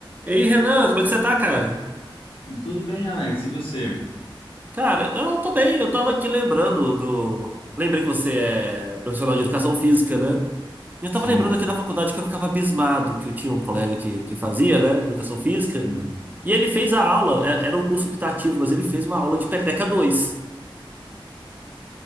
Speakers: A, on the right; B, on the left.
A: E aí, Renan, como é que você tá, cara?
B: Tudo bem, Alex? E você?
A: Cara, eu tô bem, eu tava aqui lembrando do. Lembrei que você é profissional de educação física, né? E eu
B: Sim.
A: tava lembrando aqui da faculdade que eu ficava abismado, que eu tinha um colega que, que fazia, né, educação física,
B: Uhum.
A: e ele fez a aula, é- era um curso optativo, mas ele fez uma aula de peteca dois.